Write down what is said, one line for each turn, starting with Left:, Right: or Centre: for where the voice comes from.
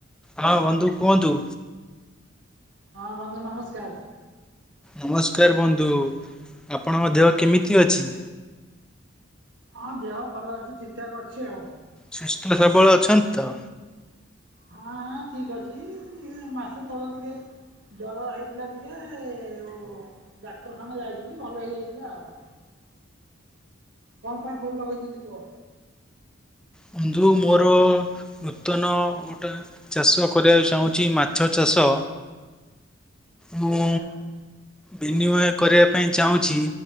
Centre: ହଁ ବନ୍ଧୁ କୁହନ୍ତୁ।
Right: ହଁ ବନ୍ଧୁ ନମସ୍କାର।
Centre: ନମସ୍କାର ବନ୍ଧୁ ଆପଣଙ୍କ ଦେହ କେମିତି ଅଛି।
Right: ହଁ ଦେହ ଭଲ ଅଛି ଠିକ ଠାକ୍ ଅଛି ଆଉ।
Centre: ସୁସ୍ଥ ସବଳ ଅଛନ୍ତି ତ।
Right: ହଁ ଠିକ ଅଛି ମାସେ ତଳ ଟିକେ ଜର ହେଇଥିଲା ଟିକେ ଡାକ୍ତରଖାନା ଯାଇଥିଲି ଭଲ ହେଇଯାଇଥିଲା ଆଉ। କଣ ପାଇଁ ଫୁନ ଲଗେଇଛନ୍ତି କୁହ?
Centre: ବନ୍ଧୁ ମୋର ନୂତନ ଗୋଟେ ଚାଷ କରିବାକୁ ଚାହୁଁଚି ମାଛ ଚାଷ। ମୁଁ
Right: ଆଚ୍ଛା
Centre: ବିନିମୟ କରିବା ପାଇଁ ଚାହୁଁଚି।